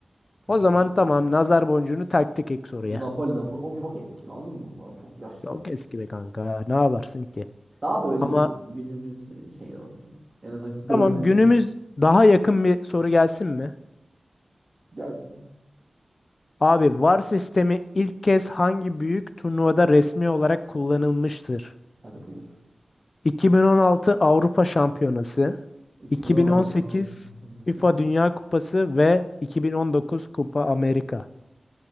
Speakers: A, on the right (about 35°); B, on the left (about 50°).
A: Petrol
B: o zaman tamam
A: ya.
B: nazar boncuğunu taktık ek soruya.
A: Bu Napoli Napoli. Oğlum çok eski lan bunlar. Çok yaşlı.
B: Çok eski be kanka. Ne yaparsın ki?
A: Daha böyle
B: Ama
A: bir günümüz şey olsun. En azından gördüğümüz
B: tamam günümüz daha yakın bir soru gelsin mi?
A: gelsin.
B: Abi VAR sistemi ilk kez hangi büyük turnuvada resmi olarak kullanılmıştır?
A: Hadi buyur.
B: 2016 Avrupa Şampiyonası,
A: 2016
B: 2018
A: Avrupa Şampiyonası.
B: FIFA Dünya Kupası ve 2019 Kupa Amerika.